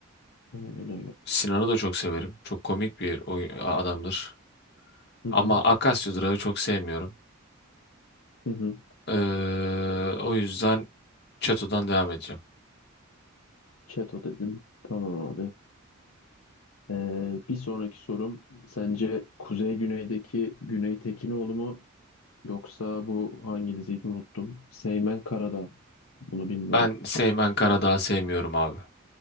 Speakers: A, on the left; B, on the left.
A: Aynen öyle.
B: Sinan'ı da çok severim. Çok komik bir oy- adamdır.
A: Hı hı.
B: Ama Akasya Durağı çok sevmiyorum.
A: Hı hı.
B: Ee, o yüzden Çato'dan devam edeceğim.
A: Çeto dedin. Tamam abi. Ee, bir sonraki sorum sence Kuzey Güney'deki Güney Tekinoğlu mu yoksa bu hangi diziydi unuttum. Seymen Karadağ. Bunu bilmiyorum.
B: Ben Seymen
A: Şey,
B: Karadağ'ı sevmiyorum abi.